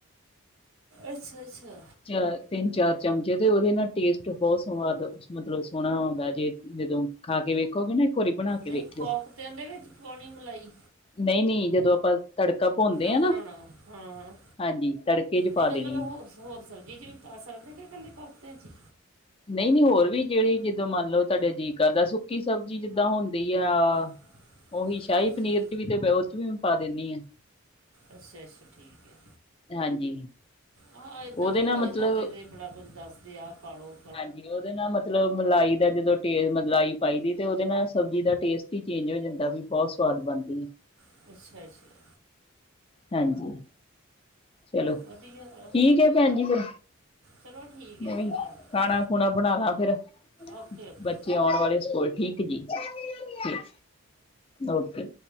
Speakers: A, on the right (about 80°); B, on the left (about 25°).
A: ਅੱਛਾ, ਅੱਛਾ।
B: 'ਚ ਤਿੰਨ-ਚਾਰ ਚਮਚੇ, ਤੇ ਓਹਦੇ ਨਾਲ ਟੇਸਟ ਬੋਤ ਸਵਾਦ ਮਤਲਬ ਸੋਹਣਾ ਆਉਂਦਾ ਜੇ ਜਦੋਂ ਖਾ ਕੇ ਵੇਖੋ ਗਏ ਨਾ ਵਾਰੀ ਬਣਾ ਕੇ
A: ਨਈ,
B: ਵੇਖਿਓ
A: ਕੋਫਤਯਾਂ ਦੇ ਵਿੱਚ ਪਾਉਣੀ ਮਲਾਈ?
B: ਨਈ, ਨਈ ਜਦੋਂ ਆਪਾਂ ਤੜਕ ਤੜਕਾ ਭੁੰਨਦੇ ਆ
A: ਬਣਾਉਣਾ
B: ਨਾ,
A: ਹਾਂ
B: ਹਾਂਜੀ, ਤੜਕੇ 'ਚ
A: ਨਹੀਂ
B: ਪਾ
A: ਮਤਲਬ
B: ਦੇਣੀ।
A: ਹੋਰ ਹੋਰ ਸਬਜ਼ੀ 'ਚ ਵੀ ਪਾ ਸਕਦੇ, ਕੇ ਕੱਲੇ ਕੋਫਤਿਆ 'ਚ ਈ?
B: ਨਈ, ਨਈ ਹੋਰ ਵੀ ਜੇੜੀ ਜਿਦਾਂ ਮੰਨ ਲੋ ਤੁਆਡਾ ਜੀ ਕਰਦਾ ਸੁੱਕੀ ਸਬਜ਼ੀ ਜਿੱਦਾਂ ਹੁੰਦੀ ਆ।
A: <inaudible>
B: ਓਹੀ ਸ਼ਾਈ
A: ਅੱਛਾ
B: ਪਨੀਰ 'ਚ ਵੀ, ਤੇ ਓ 'ਚ ਵੀ ਮੈਂ ਪਾ ਦੇਨੀ ਆਂ।
A: ਅੱਛਾ, ਅੱਛਾ ਠੀਕ ਐ।
B: ਹਾਂਜੀ।
A: ਹਾਂ ਏਦਾਂ
B: ਉਹਦੇ
A: ਮੋਬਾਇਲਾਂ
B: ਨਾਲ ਮਤਲਬ
A: ਤੇ ਬੜਾ ਕੁੱਝ ਦੱਸਦੇ, ਆ ਪਾਲੋ।
B: ਹਾਂਜੀ, ਓਹਦੇ ਨਾਲ ਮਤਲਬ ਮਲਾਈ ਦਾ ਜਦੋ ਟੇਰ ਮਲਾਈ ਪਾਈ ਦੀ, ਤੇ ਓਹਦੇ ਨਾਲ ਸਬਜ਼ੀ ਦਾ ਟੇਸਟ ਈ ਚੇਂਜ ਹੋ ਜਾਂਦਾ ਵੀ ਬਉਤ ਸਵਾਦ ਬਣਦੀ ਏ।
A: ਅੱਛਾ-ਅੱਛਾ
B: ਹਾਂਜੀ। ਚਲੋ,
A: ਵਧੀਆ ਵਾ।
B: ਠੀਕ ਐ ਪੈਂਜੀ ਫਿਰ।
A: ਚਲੋ ਠੀਕ ਹੈ
B: ਮੈਂ
A: ਜੀ
B: ਵੀ
A: ਕਰ ਲਓ
B: ਖਾਣਾ ਖੁਣਾ ਬਣਾ ਲਾ ਫੇਰ, ਬ
A: ਓਕੇ ਓਕੇ
B: ਬੱਚੇ ਆਉਣ ਵਾਲੇ ਸਕੂਲ, ਠੀਕ ਜੀ, ਠੀਕ, ਓਕੇ।